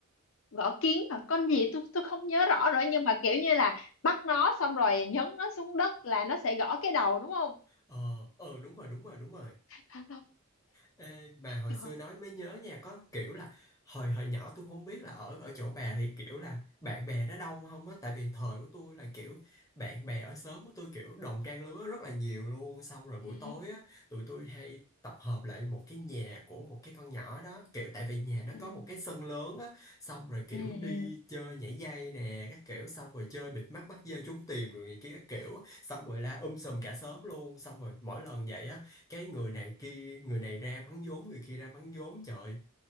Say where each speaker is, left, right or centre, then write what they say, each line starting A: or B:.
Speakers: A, on the left; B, on the left.
A: gõ kiến hả con gì tôi tôi không nhớ rõ nữa nhưng mà kiểu như là bắt nó xong rồi nhấn nó xuống đất là nó sẽ gõ cái đầu đúng không
B: Ờ, ờ đúng rồi đúng rồi đúng rồi
A: <laughs>
B: Ê, bà hồi
A: Trời
B: xưa
A: ơi.
B: nói mới nhớ nha có kiểu là hồi hồi nhỏ tôi không biết là ở ở chỗ bà thì kiểu là bạn bè nó đông không á tại vì thời của tôi là kiểu bạn bè ở xóm của tôi kiểu đồng trang lứa rất là nhiều luôn xong rồi buổi
A: ừ
B: tối á tụi tôi hay tập hợp lại một cái nhà của một cái con nhỏ đó kiểu tại vì nhà nó
A: ừ
B: có một cái sân lớn á xong rồi kiểu
A: ừ
B: đi
A: ừ.
B: chơi nhảy dây nè các kiểu xong rồi chơi bịt mắt bắt dê trốn tìm rồi này kia các kiểu xong rồi la um sùm cả xóm luôn xong rồi mỗi lần vậy á cái người này kia người này ra bắn vốn người kia ra bắn vốn trời